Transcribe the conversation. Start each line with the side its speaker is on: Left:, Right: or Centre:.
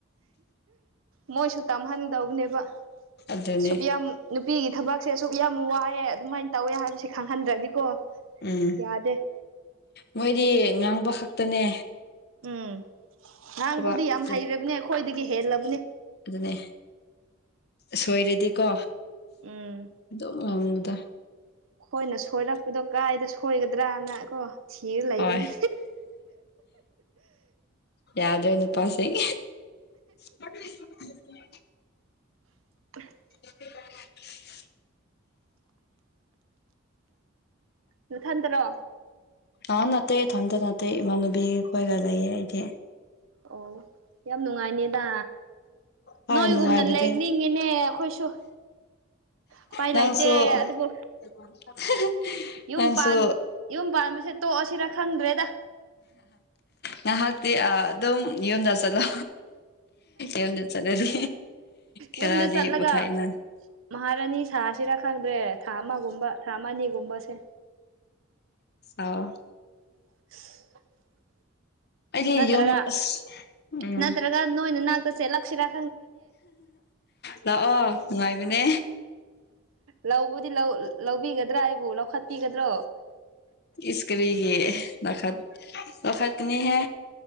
Right: ꯃꯣꯏꯁꯨ ꯇꯝꯍꯟꯗꯧꯕꯅꯦꯕ
Left: ꯑꯗꯨꯅꯦ
Right: ꯁꯨꯛ ꯌꯥꯝ ꯅꯨꯄꯤꯒꯤ ꯊꯕꯛꯁꯦ ꯑꯁꯨꯛ ꯌꯥꯝ ꯋꯥꯏꯑꯦ ꯑꯗꯨꯃꯥꯏꯅ ꯇꯧꯋꯦ ꯍꯥꯏꯕꯁꯦ ꯈꯪꯍꯟꯗ꯭ꯔꯗꯤꯀꯣ
Left: ꯎꯝ
Right: ꯌꯥꯗꯦ
Left: ꯃꯣꯏꯗꯤ ꯉꯥꯡꯕ ꯈꯛꯇꯅꯦ
Right: ꯎꯝ ꯉꯥꯡꯕꯨꯗꯤ
Left: ꯊꯕꯛꯁꯦ
Right: ꯌꯥꯝ ꯍꯩꯔꯕꯅꯤ ꯑꯩꯈꯣꯏꯗꯒꯤ ꯍꯦꯜꯂꯕꯅꯤ
Left: ꯑꯗꯨꯅꯦ ꯁꯣꯏꯔꯗꯤꯀꯣ
Right: ꯎꯝ
Left: ꯑꯗꯨꯝ ꯉꯥꯡꯕꯗꯣ
Right: ꯑꯩꯈꯣꯏꯅ ꯁꯣꯏꯔꯛꯄꯗꯣ ꯀꯥꯏꯗ ꯁꯣꯏꯒꯗ꯭ꯔꯥꯅ ꯀꯣ ꯊꯤꯔ ꯂꯩꯕꯅꯦ
Left: ꯍꯣꯏ ꯌꯥꯗ꯭ꯔꯦ ꯅꯨꯄꯥꯥꯁꯤꯡ <inaudible>
Right: <inaudible>
Left: <inaudible>
Right: ꯅꯊꯟꯇꯔꯣ
Left: ꯑꯥ ꯅꯠꯇꯩ ꯏꯊꯟꯗ ꯅꯥꯠꯇꯩ ꯏꯃꯥꯅꯕꯤ ꯈꯣꯏꯒ ꯂꯩꯌꯦ ꯑꯩꯗꯤ
Right: ꯑꯣ ꯌꯥꯝ ꯅꯨꯡꯉꯥꯏꯅꯦꯗ
Left: ꯍꯣꯏ
Right: ꯅꯣꯏꯒꯨꯝꯅ
Left: ꯅꯨꯡꯉꯥꯏꯕꯗꯤ
Right: ꯂꯩꯅꯤꯡꯉꯤꯅꯦ ꯑꯩꯈꯣꯏꯁꯨ ꯎꯄꯥꯏ
Left: ꯅꯪꯁꯨ
Right: ꯂꯩꯇꯦ ꯑꯗꯨꯕꯨ
Left: <unintelligible>
Right: ꯌꯨꯝ
Left: ꯅꯪꯁꯨ
Right: ꯄꯥꯟ ꯌꯨꯝ ꯄꯥꯟꯕꯁꯦ ꯇꯣꯛꯑꯁꯤꯔꯥ ꯈꯪꯗ꯭ꯔꯦꯗ
Left: ꯉꯍꯥꯛꯇꯤ ꯑꯥ ꯑꯗꯨꯝ ꯌꯨꯝꯗ ꯆꯠꯂꯣ ꯌꯨꯝꯗ ꯆꯠꯂꯗꯤ ꯈꯔꯗꯤ
Right: ꯌꯨꯝꯗ ꯆꯠꯂꯒ
Left: ꯄꯣꯊꯥꯏꯅ
Right: ꯃꯍꯥꯔꯥꯅꯤ ꯁꯥꯁꯤꯔꯥ ꯈꯪꯗ꯭ꯔꯦ ꯊꯥ ꯑꯃꯒꯨꯝꯕ ꯊꯥ ꯑꯅꯤꯒꯨꯝꯕꯁꯦ
Left: ꯁꯥꯎ
Right: <inaudible>
Left: ꯑꯩꯗꯤ
Right: ꯅꯠꯇ꯭ꯔꯥꯒ
Left: ꯌꯨꯝ ꯑꯁ ꯎꯝ
Right: ꯅꯠꯇ꯭ꯔꯥꯒ ꯅꯣꯏ ꯅꯅꯥꯛꯇꯥ ꯆꯦꯠꯂꯛꯁꯤꯔꯥ
Left: ꯂꯥꯛꯑꯣ ꯅꯨꯡꯉꯥꯏꯕꯅꯦ
Right: ꯂꯧꯕꯗꯤ ꯂꯧ ꯂꯧꯕꯤꯒꯗ꯭ꯔꯥ ꯑꯩꯕꯨ ꯂꯧꯈꯠꯄꯤꯒꯗ꯭ꯔꯣ
Left: ꯏꯁ ꯀꯔꯤꯒꯤ ꯂꯧꯈꯠ ꯂꯧꯈꯠꯀꯥꯅꯤꯍꯦ